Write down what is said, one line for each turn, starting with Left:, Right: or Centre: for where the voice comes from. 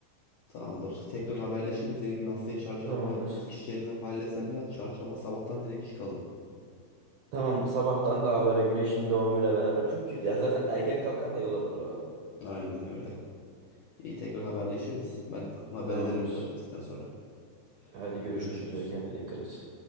Left: Tamamdır. Tekrar haberleşiriz. Benim bir haftaya çarşamba
Right: Tamamdır.
Left: işlerini halletsen ne yap? Çarşamba sabahtan direkt çıkalım.
Right: Tamam sabahtan daha böyle güneşin doğumuyla beraber. Çünkü ya zaten erken kalkan da yol alır abi.
Left: Aynen öyle. İyi tekrar haberleşiriz. Ben haber
Right: Tamamdır.
Left: ederim iptal ettikten sonra.
Right: Hadi
Left: Hadi
Right: görüşmek
Left: görüşürüz.
Right: üzere. Kendine dikkat et.